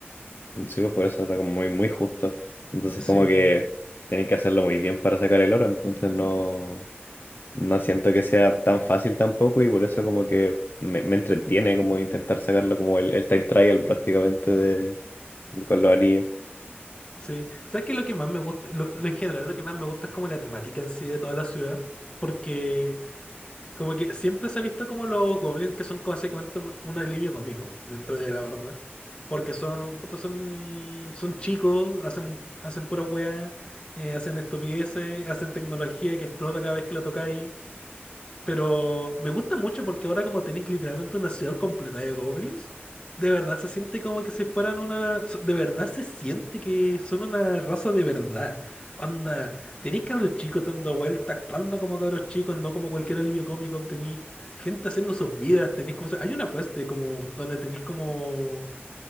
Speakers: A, on the left; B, on the left.
A: Sí, pues por eso está como muy, muy justo. Entonces
B: Sí.
A: como que tienen que hacerlo muy bien para sacar el oro, entonces no, no siento que sea tan fácil tampoco y por eso como que me, me entretiene como intentar sacarlo como el, el time trial prácticamente de, con los anillos.
B: Sí. ¿Sabes qué? es Lo que más me gusta. Lo, lo en general, lo que más me gusta es como la temática en sí de toda la ciudad. Porque Como que siempre se ha visto como los goblins que son como básicamente un alivio cómico dentro de la horda. Porque son, puta, son, son chicos, hacen, hacen pura weá, eh, hacen estupideces, hacen tecnología que explota cada vez que la tocáis. Pero me gusta mucho porque ahora como tenéis literalmente una ciudad completa de goblins, de verdad se siente como que si fueran una... so- De verdad se siente que son una raza de verdad. Onda, tenéis cabros chicos dando vueltas, actuando como cabros chicos, no como cualquier alivio cómico. Tenéis gente haciendo sus vidas, tenéis como... Hay una quest de como... donde tenéis como...